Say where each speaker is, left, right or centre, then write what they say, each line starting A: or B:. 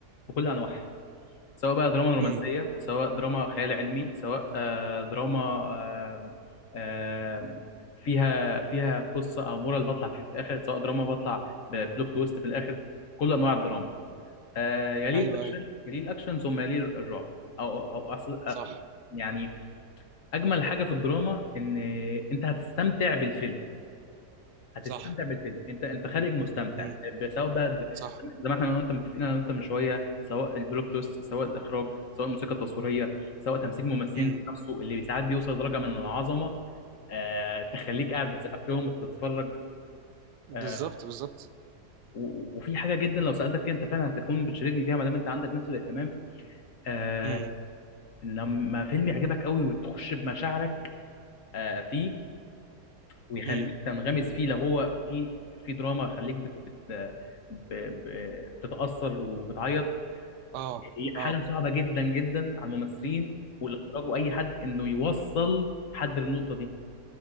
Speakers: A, on the left; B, on the right.
A: بكل انواعها سواء بقى دراما رومانسية
B: امم
A: سواء دراما خيال علمي سواء آه، دراما آه، آه، فيها فيها قصة او مورال بطلع فيه في الاخر سواء دراما بطلع ببلوت تويست في الاخر كل انواع الدراما آه يليه
B: ايوه
A: الاكشن
B: ايوه
A: يليه الاكشن ثم يليه الرعب او او أصل آه
B: صح
A: يعني اجمل حاجه في الدراما ان انت هتستمتع بالفيلم هتستمتع
B: صح
A: بالفيلم انت انت خارج مستمتع
B: امم
A: ب- سواء بقى ب-
B: صح
A: زي ما احنا انا وانت متفقين انا وانت من شويه سواء البلوت تويست سواء الاخراج سواء الموسيقى التصويريه سواء تمثيل الممثلين
B: امم
A: نفسه اللي ساعات بيوصل لدرجه من العظمه آه تخليك قاعد بتسقف لهم وتتفرج
B: بالظبط
A: آه
B: بالظبط
A: و- وفي حاجه جدا لو سالتك فيها انت فعلا هتكون بتشاركني فيها ما دام انت عندك نفس الاهتمام آه،
B: امم
A: لما فيلم يعجبك قوي وتخش بمشاعرك آه، فيه ويخليك
B: امم
A: تنغمس فيه لو هو في في دراما يخليك بت بت ب- ب- بتتأثر وبتعيط
B: اه
A: هي حاجة
B: اه
A: صعبة جدا جدا على الممثلين والإخراج وأي حد إنه يوصل حد للنقطة دي